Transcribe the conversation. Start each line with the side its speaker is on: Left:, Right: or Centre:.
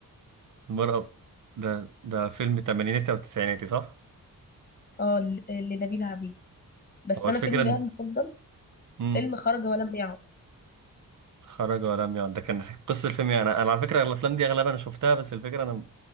Right: المرأة ده ده فيلم تمانيناتي أو تسعيناتي صح؟
Left: اه ل- لنبيلة عبيد بس
Right: هو
Left: انا
Right: الفكرة
Left: فيلم
Right: إن
Left: بقى المفضل
Right: مم.
Left: فيلم خرج ولم يعد
Right: خرج ولم يعد ده كان قصة الفيلم يعني أنا أنا على فكرة الأفلام دي أغلبها أنا شفتها بس الفكرة أنا